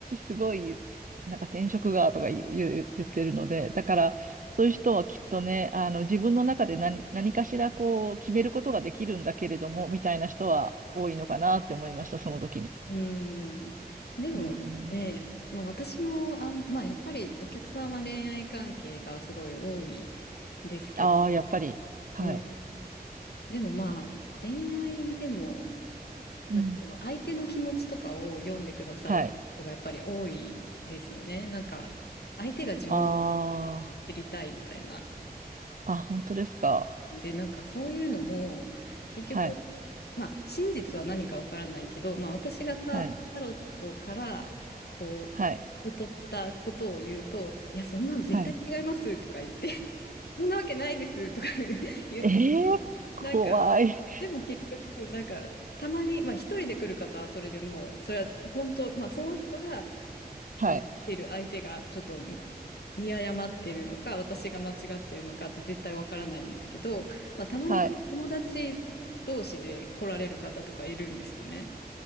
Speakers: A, on the right; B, on the left.
A: すごい、なんか転職がとか言う、言う言ってるので、だから、そういう人はきっとね、あの、自分の中で何、何かしらこう、決めることができるんだけれども、みたいな人は多いのかなって思いました、その時に。
B: うん。でもね、
A: うん、
B: まあ私もあん、まあやっぱりお客様恋愛関係がすごい多いですけど、
A: ああ、やっぱり。はい。
B: うん。でもまあ、恋愛でも、
A: うん。
B: なんかその相手の気持ちとかを読んでくださいとかやっぱり多いですよね。
A: はい。
B: なんか、相手が自分を
A: あ
B: を知りたいみたいな。
A: あ、あ、本当ですか。
B: で、なんかそういうのも、結局、
A: はい、
B: まあ、真実は何かわからないけど、まあ、私がタ、
A: はい、
B: タロットから、こう、
A: はい、
B: 受け取ったことを言うと、いや、そんなの絶対違いますとか言って、
A: はい。
B: <laughs> そんなわけないですとか <laughs> 言って、
A: えー、怖い。
B: なんか、でも結局、なんか、たまに、まあ、一人で来る方はそれでもう、それは本当、まあ、その人が、
A: はい、
B: あの、来てる相手が、ちょっと見誤ってるのか、私が間違ってるのかって絶対わからないんですけど、まあ、たまにこう友達同士で来られる方とかいるんですよね。
A: はい。